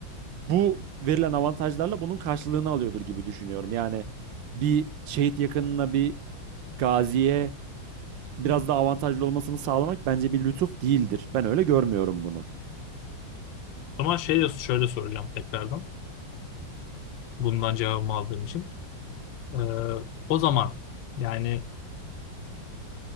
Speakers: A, on the right; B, on the left.
A: bu verilen avantajlarla bunun karşılığını alıyordur gibi düşünüyorum. Yani bir şehit yakınına bir gaziye biraz daha avantajlı olmasını sağlamak bence bir lütuf değildir. Ben öyle görmüyorum bunu.
B: O zaman şey, şöyle soracağım tekrardan bundan cevabımı aldığım için. Ee, o zaman yani